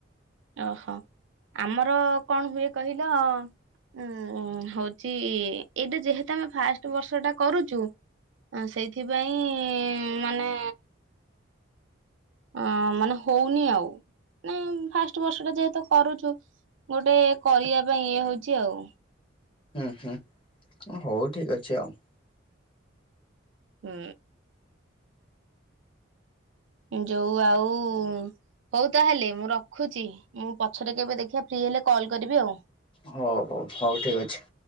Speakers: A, on the right; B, on the left.
A: ଓହୋ ଆମର କଣ ହୁଏ କହିଲ ଉଁ ହଉଛି ଏଇଟା ଯେହେତୁ ଆମେ ଫାଷ୍ଟ ବର୍ଷଟା କରୁଛୁ ସେଇଥିପାଇଁ ମାନେ ଅ ମାନେ ହଉନି ଆଉ ମାନେ ଫାଷ୍ଟ ବର୍ଷ ଟା ଯେହେତୁ କରୁଛୁ ଗୋଟେ କରିବା ପାଇଁ ଇଏ ହଉଛି ଆଉ।
B: ହୁଁ ହୁଁ ହଉ ଠିକ୍ ଅଛି ଆଉ।
A: ହୁଁ। ଯୋଉ ଆଉ ହଉ ତାହେଲେ ମୁଁ ରଖୁଛି ମୁଁ ପଛଟେ କେବେ ଦେଖିବା ଫ୍ରି ହେଲେ କଲ୍ କରିବି ଆଉ।
B: ହଉ ହଉ ହଉ ଠିକ୍ ଅଛି।